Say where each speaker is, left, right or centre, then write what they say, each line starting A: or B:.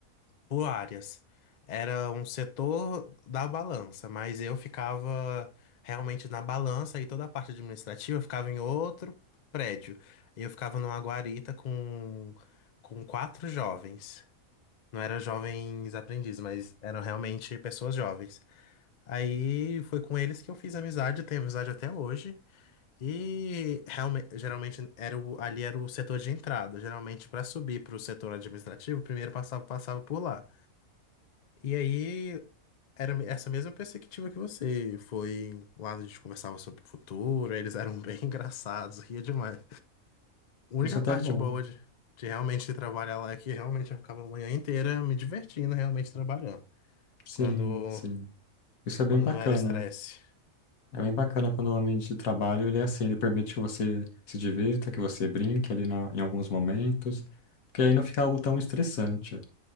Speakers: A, on the left; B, on the left.
A: por áreas. Era um setor da balança, mas eu ficava realmente na balança e toda a parte administrativa ficava em outro prédio. Eu ficava numa guarita com, com quatro jovens. Não eram jovens aprendizes, mas eram realmente pessoas jovens. Aí foi com eles que eu fiz amizade, tenho amizade até hoje. E realmente, geralmente era o, ali era o setor de entrada. Geralmente para subir para o setor administrativo, primeiro passava passava por lá. E aí era me- essa mesma perspectiva que você. Foi lá a gente conversava sobre o futuro, eles eram bem <laughs> engraçados, ria demais. A
B: Isso
A: única
B: até
A: parte
B: é bom.
A: boa de, de realmente trabalhar lá é que realmente eu ficava a manhã inteira me divertindo, realmente trabalhando.
B: Sim,
A: Quando,
B: sim. Isso é
A: quando
B: bem bacana.
A: não era estresse.
B: É bem bacana quando o ambiente de trabalho ele é assim, ele permite que você se divirta, que você brinque ali na- em alguns momentos, porque aí não fica algo tão estressante.